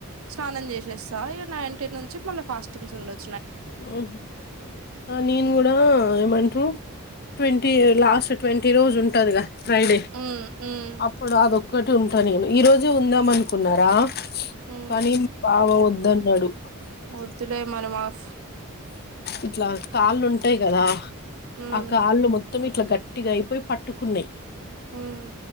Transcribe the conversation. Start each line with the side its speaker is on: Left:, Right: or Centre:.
Right: స్నానం చేసేస్తా ఈ నైన్టీన్ నుంచి మళ్ళ ఫాస్టింగ్స్ ఉండచ్చ
Left: ఉమ్ నేను కూడా ఏమంటారు ట్వంటీ లాస్ట్ ట్వంటి రోజు ఉంటరు గా ఫ్రై డే
Right: ఉమ్ ఉమ్
Left: అప్పుడు అదొక్ ఒకటి ఉంటా నేను ఈ రోజు ఉందాం అనుకున్నారా
Right: ఉమ్
Left: కానీ బాగావద్దు దన్నడు
Right: వద్దులే మన మాస్
Left: ఇట్లా కాళ్ళు ఉంటాయి కదా
Right: ఉమ్
Left: ఆ కాళ్ళు మొత్తమ్ ఇట్ ఇట్లా గట్టిగా అయిపోయి పట్టుకున్నయ్
Right: ఉమ్